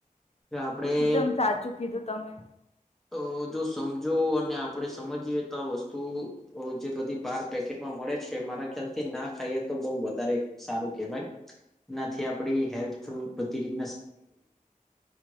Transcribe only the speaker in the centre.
આપણે
તો જો સમજો અને આપણેે સમજીએ તો આ વસ્તુ અ જે બધી બાર પેકેટમાં મળે છે મારા ખ્યાલ થી ના ખાઈએ તો બહું વધારે સારું કેહવાય એનાથી આપડી હેલ્થ બધી રીતે